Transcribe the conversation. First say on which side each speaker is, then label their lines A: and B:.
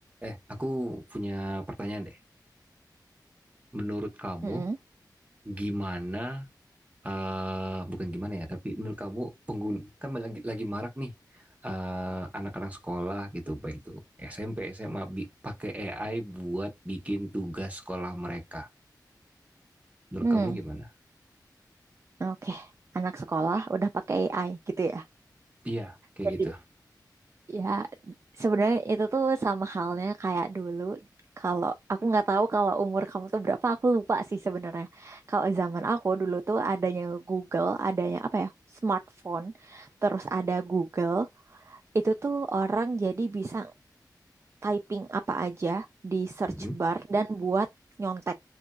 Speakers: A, on the right (about 20°); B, on the right (about 40°).
A: Eh, aku punya pertanyaan deh. Menurut kamu,
B: Mm-mm.
A: gimana, eh bukan gimana ya, tapi menurut kamu, pengguna, kan lagi, lagi marak nih, eh, anak-anak sekolah gitu, baik itu SMP, SMA, bi- pakai AI buat bikin tugas sekolah mereka. Menurut
B: Hmm,
A: kamu gimana?
B: oke. Anak sekolah udah pakai AI gitu ya.
A: Iya, kayak
B: Jadi
A: gitu.
B: ya sebenarnya itu tuh sama halnya kayak dulu kalau aku nggak tahu kalau umur kamu tuh berapa aku lupa sih sebenarnya. Kalau zaman aku dulu tuh adanya Google, adanya apa ya? Smartphone, terus ada Google, itu tuh orang jadi bisa typing apa aja di search
A: Mm-mm.
B: bar dan buat nyontek.